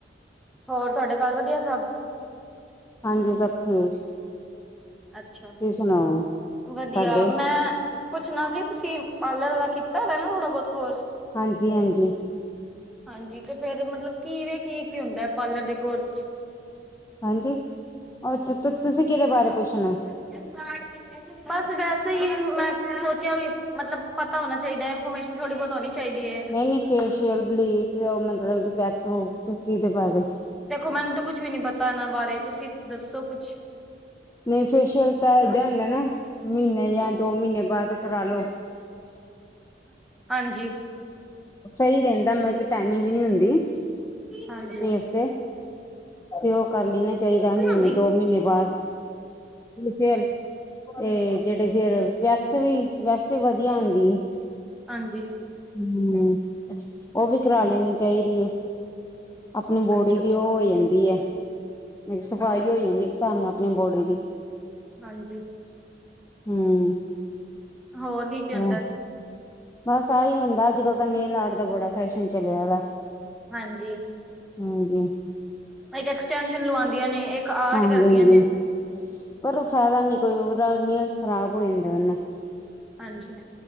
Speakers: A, in the centre; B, on the left (about 15°).
A: ਹੋਰ ਤੁਹਾਡੇ ਘਰ ਵਧੀਆ ਸਭ
B: ਹਾਂਜੀ ਸਭ ਠੀਕ
A: ਅੱਛਾ
B: ਤੁਸੀਂ ਸੁਣਾਓ
A: ਵਧੀਆ
B: ਤੁਹਾਡੇ
A: ਮੈਂ ਪੁੱਛਣਾ ਸੀ ਤੁਸੀਂ ਪਾਰਲਰ ਦਾ ਕੀਤਾ ਰ ਨਾ ਥੋੜਾ ਬਹੁਤ ਕੋਰਸ
B: ਹਾਂਜੀ ਹਾਂਜੀ
A: ਹਾਂਜੀ ਤੇ ਫੇਰ ਮਤਲਬ ਕਿਵੇਂ ਕੀ ਕੀ ਹੁੰਦਾ ਪਾਰਲਰ ਦੇ ਕੋਰਸ ਚ
B: ਹਾਂਜੀ ਤੂੰ ਤੂੰ ਤੁਸੀਂ ਕਿਹਦੇ ਬਾਰੇ ਪੁੱਛਣਾ
A: <unintelligible> ਬਸ ਵੈਸੇ ਹੀ, ਮੈਂ ਸੋਚਿਆ ਵੀ ਮਤਲਬ ਪਤਾ ਹੋਣਾ ਚਾਹੀਦਾ ਇਨਫੋਰਮੇਸ਼ਨ ਥੋੜ੍ਹੀ ਬਹੁਤ ਹੋਣੀ। ਚਾਹੀਦੀ ਹੈ।
B: ਨਹੀਂ ਨਹੀਂ ਫੇਸ਼ੀਅਲ, ਬਲੀਚ ਉਹ ਮਤਲਬ ਵੈਕਸ ਵੁਕਸ ਕਿਦੇ ਬਾਰੇ।
A: ਦੇਖੋ ਮੈਨੂੰ ਤਾਂ ਕੁਛ ਵੀ ਨੀ ਪਤਾ, ਇਹਨਾਂ ਬਾਰੇ ਤੁਸੀਂ ਦੱਸੋ ਕੁਛ?
B: ਨਹੀਂ, ਫੇਸ਼ੀਅਲ ਤਾਂ ਏਦਾਂ ਹੁੰਦੇ ਨਾ? ਮਹੀਨੇ ਜਾਂ ਦੋ ਮਹੀਨੇ ਬਾਅਦ ਕਰਾਲੋ।
A: ਹਾਂਜੀ,
B: ਸਹੀ ਰਹਿੰਦਾ ਮਤਲਬ ਕਿ ਟੈਨਿੰਗ ਨਹੀਂ ਹੁੰਦੀ।
A: ਹਾਂਜੀ
B: ਫੇਸ ਤੇ, ਤੇ ਉਹ ਕਰ ਲੈਣਾ। ਚਾਹੀਦਾ ਮਹੀਨੇ
A: ਆਂਦੀ
B: ਦੋ ਮਹੀਨੇ ਬਾਅਦ ਫਿਰ ਤੇ, ਜਿਹੜੇ ਫੇਰ ਵੈਕਸ ਵੀ ਵੈਕਸ ਵੀ ਵਧੀਆ ਹੁੰਦੀ ਐ।
A: ਹਾਂਜੀ
B: ਹੂੰ, ਉਹ ਵੀ ਕਰਾ ਲੈਣੀ ਚਾਹੀਦੀ ਐ, ਆਪਣੀ ਬੋਡੀ
A: ਅੱਛਾ
B: ਦੀ
A: ਅੱਛਾ
B: ਉਹ ਹੋ ਜਾਂਦੀ ਐ। ਸਫਾਈ ਹੋ ਜਾਂਦੀ ਇੱਕ ਹਿਸਾਬ ਨਾਲ ਆਪਣੀ ਬੋਡੀ ਦੀ।
A: ਹਾਂਜੀ।
B: ਹਮ
A: ਹੋਰ ਕੀ ਕੀ
B: ਹਾਂ
A: ਹੁੰਦਾ।
B: ਬਸ ਆਹੀ ਹੁੰਦਾ, ਅੱਜ ਕਲ ਤਾਂ ਨੇਲ ਆਰਟ ਦਾ ਬੜਾ ਫੈਸ਼ਨ ਚਲਿਆ ਵਾ।
A: ਹਾਂਜੀ।
B: ਹਾਂਜੀ।
A: ਕਈ ਐਕਸਟੈਨਸ਼ਨ ਲਵਾਂਦੇ ਨੇ। ਇੱਕ ਆਰਟ
B: ਹਾਂਜੀ
A: ਕਰਦੀਆਂ
B: ਹਾਂਜੀ।
A: ਨੇ
B: ਪਰ ਫਾਇਦਾ ਨੀ ਕੋਈ, ਉਹਦਾ ਨੈਲਸ ਖ਼ਰਾਬ ਹੋ ਜਾਂਦੇ ਨੇ।
A: ਹਾਂਜੀ।